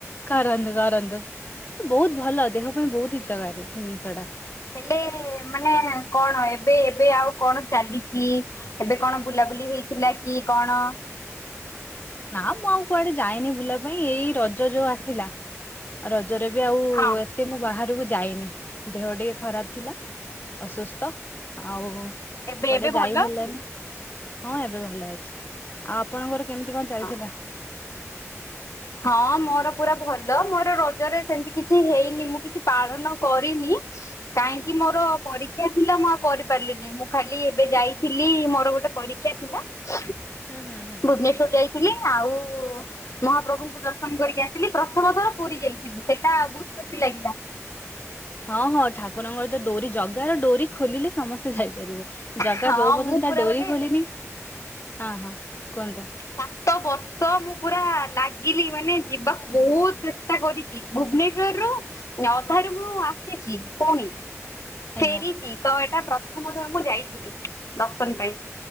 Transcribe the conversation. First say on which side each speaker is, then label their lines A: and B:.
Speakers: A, on the left; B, on the left.
A: କରନ୍ତୁ କରନ୍ତୁ ବୋହୁତ୍ ଭଲ ଦେହ ପାଇଁ ବୋହୁତ୍ ହିତକାରୀ ଜିନିଷଟା।
B: ହେଲେ ମାନେ କଣ ଏବେ ଏବେ ଆଉ କଣ ଚାଲିଚି? ଏବେ କଣ ବୁଲାବୁଲି ହେଇଥିଲାକି କଣ?
A: ନା ମୁଆଉ କୁଆଡ଼େ ଯାଇନି ବୁଲିବା ପାଇଁ ଏଇ ରଜ ଯୋଉ ଆସିଲା। ଆଉ ରଜରେବି ଆଉ
B: ହଁ
A: ଏତେମୁ ବାହାରକୁ ଯାଇନି ଦେହ ଟିକେ ଖରାପ୍ ଥିଲା। ଅସୁସ୍ଥ ଆଉ କୁଆଡ଼େ
B: ଏବେ ଏବେ ଭଲ
A: ଯାଇ ହେଲାନି।
B: ଅଛି
A: ହଁ ଏବେ ଭଲ ଅଛି ଆଉ ଆପଣଙ୍କ ଘରେ କେମିତି କଣ ଚାଲିଥିଲା?
B: ହଁ ହଁ ମୋର ପୁରା ଭଲ ମୋର ରଜରେ ସେମିତି କିଛି ହେଇନି ମୁକିଛି ପାଳନ କରିନି। କାହିଁକି ମୋର ପରୀକ୍ଷା ଥିଲା ମୁଆଉ କରି ପାରିଲିନି ମୁଖାଲି ଏବେ ଯାଇଥିଲି ମୋର ଗୋଟେ ପରୀକ୍ଷା <unintelligible>
A: ହୁଁ ହୁଁ ହୁଁ।
B: ଭୁବନେଶ୍ଵର୍ ଯାଇଥିଲି ଆଉ ମହାପ୍ରଭୁ ମୁଁ ଦର୍ଶନ କରିକି ଆସିଲି ପ୍ରଥମ ଥର ପୁରୀ ଯାଇଥିଲି ସେଟା ବୋହୁତ୍ ଖୁସି ଲାଗିଲା।
A: ହଁ ହଁ ଠାକୁରଙ୍କରତ ଡୋରି ଜଗାର ଡୋରି ଖୋଲିଲେ ସମସ୍ତେ ଯାଇ ପାରିବେ। ଜଗା
B: ହଁ
A: ଯୋଉ ପର୍ଯ୍ୟନ୍ତ
B: ମୁଁ
A: ତାଡୋରି
B: ପୁରା ଗୋଟେ
A: ଖୋଲିନି ହଁ ହଁ କୁହନ୍ତୁ?
B: ସାତ ବର୍ଷ ମୁପୁରା ଲାଗିଲି ମାନେ ଯିବାକୁ ବୋହୁତ୍ ଚେଷ୍ଟା କରିଚି। ଭୁବନେଶ୍ଵର୍ ରୁ ଅଧାରୁ ମୁଆସିଛି ପୁଣି
A: ଆଜ୍ଞା।
B: ଫେରିଚି ତ ଏଟା ପ୍ରଥମଥର ମୁଁ ଯାଇଥିଲି ଦର୍ଶନ ପାଇଁ।